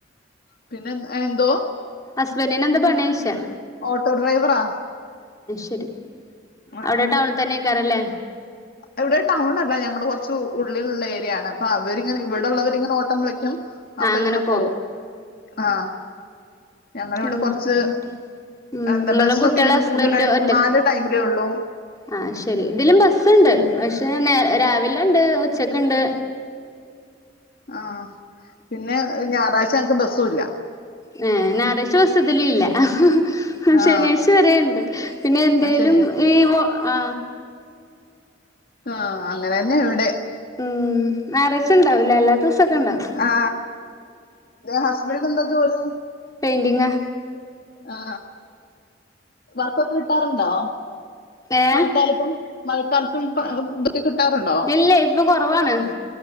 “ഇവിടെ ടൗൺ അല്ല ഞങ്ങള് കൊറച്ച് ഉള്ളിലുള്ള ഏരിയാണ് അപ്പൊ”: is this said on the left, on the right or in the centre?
Left